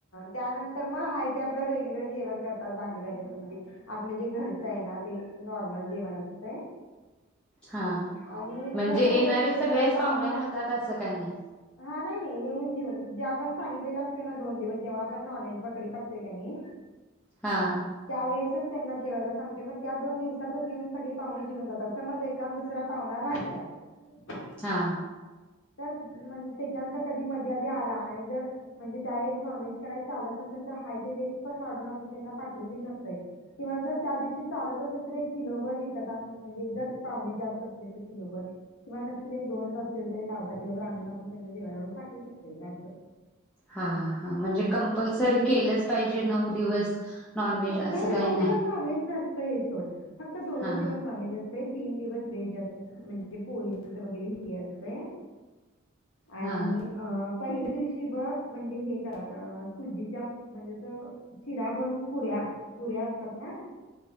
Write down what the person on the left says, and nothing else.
त्यानंतर मग हाय ते आपलं रेग्युलर जेवण करतात. भाकरी भाजीचं म्हणजे, आपलं जे घरच आहे ना ते नॉर्मल जेवण असतय.
आणि
जसा
हा एकान
दुसरा पाहुना,
हा नाही नाही येऊन जेऊन. जे आपण सांगितलेले असतय ना दोन दिवस जेव्हा आपण नॉनव्हेज बकरी काप कणी
त्या वळेचं त्यांना जेवायला सांगते. म त्या दोन दिवसातच येउन सगळी पाहुणे जेउन जातात. समज एकां दुसरा पाहुना राहीलाच
तर म्ह त्याच्यानंतर कधी मधी आधी आला आणि जर म्हणजे त्यावेळेस नॉनव्हेज कराय चालत नसेल तर हाय ते व्हेज पण वाढून आपण त्यांना पाठवून देऊ शकतोय किंवा जर त्या दिवशी चालत असेल तर एक किलोबर विकत आणून म्हणजे जर पाहुणे जास्त असली, तर किलोभर किंवा नसतील एक दोनच असतील तर एक अर्धा किलोभर आणून आपण त्यांना जेवाय वाढून पाठवू शकतो जास्त.
नाही.
नऊ दिवस नॉनव्हेज नसतयच सोड फक्त दोनच
दिवस नॉनव्हेज ते तीन दिवस व्हेज म्हणजे पोळीच वगैरे हे असतय. आणि
अ पहिल्या दिवशी बग म्हणजे हे सोजीच्या म्हणजे शिरा भरून. पुऱ्या पुऱ्या असतात ना.